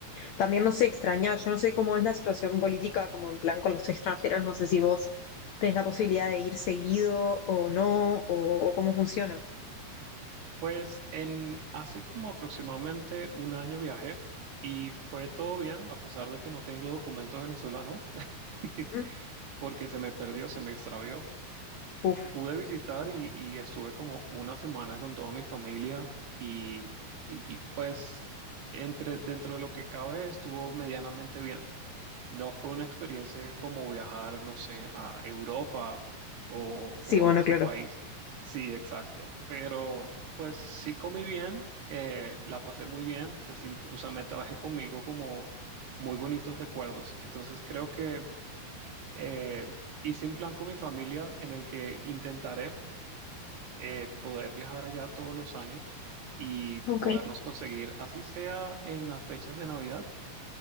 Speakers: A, on the left; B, on the right.
A: También no sé extrañar, yo no sé cómo es la situación política, como en plan con los extranjeros, no sé si vos tenés la posibilidad de ir seguido o no, o, o cómo funciona.
B: Pues en hace como aproximadamente un año viajé y fue todo bien, a pesar de que no tengo documento venezolano, <laughs>
A: Ujú.
B: porque se me perdió, se me extravió.
A: Uf,
B: Pude visitar y, y estuve como una semana con toda mi familia y, y, y pues entre, dentro de lo que cabe estuvo medianamente bien. No fue una experiencia como viajar, no sé, a Europa o,
A: sí,
B: o
A: bueno,
B: a otro
A: claro.
B: país. Sí, exacto. Pero pues sí comí bien, eh, la pasé muy bien, se sint- o sea, me traje conmigo como muy bonitos recuerdos. Entonces creo que eh, hice un plan con mi familia en el que intentaré eh, poder viajar allá todos los años y
A: Ok.
B: podernos conseguir, así sea en las fechas de Navidad